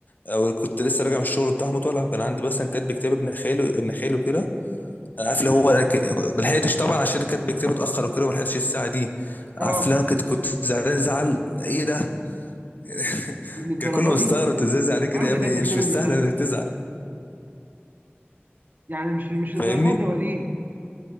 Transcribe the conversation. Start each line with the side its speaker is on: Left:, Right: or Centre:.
Left: او كنت لسه راجع من الشغل بتاع مطالع كان عندي مثلا كاتب كتاب ابن خاله ابن خاله كده انا عارف اللي
Right: مم.
Left: هو انا ك... ما لحقتش طبعا عشان كاتب كتاب اتاخر وكده ما لحقتش الساعه دي
Right: اه
Left: عارف اللي انا كنت كنت زعلان زعل ايه ده <laughs>
Right: للدرجة
Left: كان كله مستغرب
Right: دي
Left: إنت ازاي زعلان كده
Right: يا عم
Left: يا
Right: ده
Left: ابني
Right: كاتب كتاب
Left: مش مستاهل
Right: ابن خالتي
Left: انك تزعل
Right: يعني مش مش
Left: فاهمني
Right: للدرجة دي يا وليد